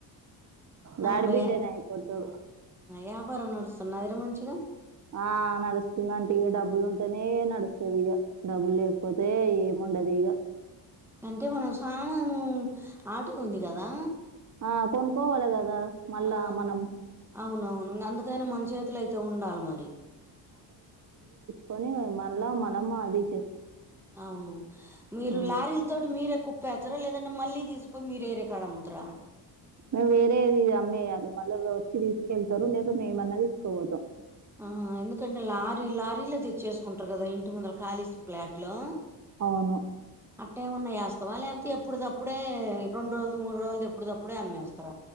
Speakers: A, on the right (about 40°); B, in the centre.
A: డాడీ
B: అవును ర
A: బిడ్డనే కొట్టాడు
B: యపారం నడు స్తున్నది ర మంచిగ
A: ఆ నడుస్తుందంటి ఇక డబ్బులు ఉంటేనే నడుస్తుంది ఇగ డబ్బులు లేకపోతే ఏమ వుండదిగా
B: అంటే మనం సామాను ఆటో ఉంది కదా
A: ఆ కొనుకోవాలి కదా మళ్ళా
B: ఆ,
A: మనం
B: అవునవును అందుకైన మంచి చేతుల అయితే ఉండాలి మరి
A: కొని మళ్ళా మనమ అదే
B: అవును మీరు
A: మ్మ్
B: లారీ తోటి మీరే కు <unintelligible> లేదంటే మళ్ళీ తీసుకుపోయి మీరు వేరే కాడ అమ్ముతార
A: మేము వేరే ఇది అమ్మేయదు మళ్ళీ వచ్చి తీసుకెళ్తారు లేక మేమన్నా తీసుకోపోతాం
B: ఆ ఎందుకంటే లారీ లారీలు తెచ్చేస్ కుంటారు కదా ఇంటి ముందల కాలీ ప్లాట్ లో
A: అవును
B: అట్టేమన్నా చేస్తవ ల్యాపోతే ఎప్పుడు దప్పుడే రెండు రోజలు మూడు రోజులు ఎప్పుడప్పుడే అమ్మేస్తర